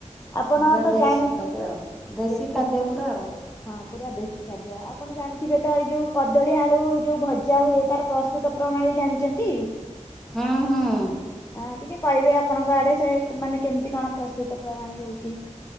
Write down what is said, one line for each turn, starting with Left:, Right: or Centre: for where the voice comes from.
Left: ଆପଣ
Centre: ପୁରା
Left: ତ
Centre: ଦେଶୀ
Left: ଜାଣେ
Centre: ଖାଦ୍ୟ ଆଉ
Left: ଦେଶୀ
Centre: ଖାଦ୍ୟ ପୁରା ଆଉ
Left: ହଁ। ପୁରା ଦେଶୀ ଖାଦ୍ୟ, ଆପଣ ଜାଣିଥିବେ ତ ଏଇ ଯୋଉ କଦଳୀ ଆଳୁ ଯୋଉ ଭଜା ହୁଏ, ତାର ପ୍ରସ୍ତୁତ ପ୍ରଣାଳୀ ଜାଣିଚନ୍ତି?
Centre: ହୁଁ ହୁଁ
Left: ହଁ ଟିକେ କହିବେ ଆପଣଙ୍କ ଆଡେ ସେ ମାନେ କେମିତି କଣ ପ୍ରସ୍ତୁତ ପ୍ରଣାଳୀ ହଉଚି।